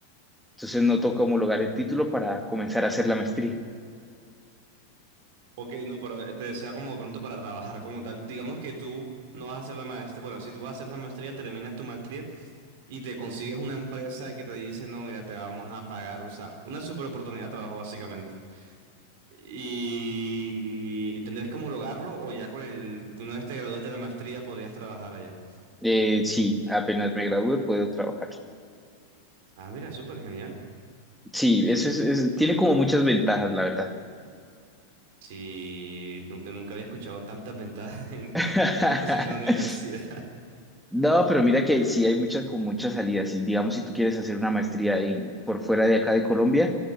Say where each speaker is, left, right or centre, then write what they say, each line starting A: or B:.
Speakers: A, in the centre; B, on the right (about 50°).
A: Entonces no toca homologar el título para comenzar a hacer la maestría.
B: Ok, no, pero eh, te decía como de pronto para trabajar como tal. Digamos que tú no vas a hacer la maestría. Bueno, si tú vas a hacer la maestría, terminas tu maestría y te consigues una empresa que te dice, no, mira, te vamos a pagar. O sea, una super oportunidad de trabajo básicamente. Y tendrías que homologarlo o ya con el, una vez te gradúes de la maestría podrías trabajar allá.
A: Eh, sí, apenas me gradúe puedo trabajar.
B: Ah, mira, súper genial.
A: Sí, eso es, es- tiene como muchas ventajas, la verdad.
B: Sí, nunca, nunca había escuchado tantas ventajas <laughs> en-
A: <laughs>
B: que te ofreciese la universidad.
A: No, pero mira que sí hay muchas con muchas salidas. Y digamos, si tú quieres hacer una maestría en, por fuera de acá de Colombia,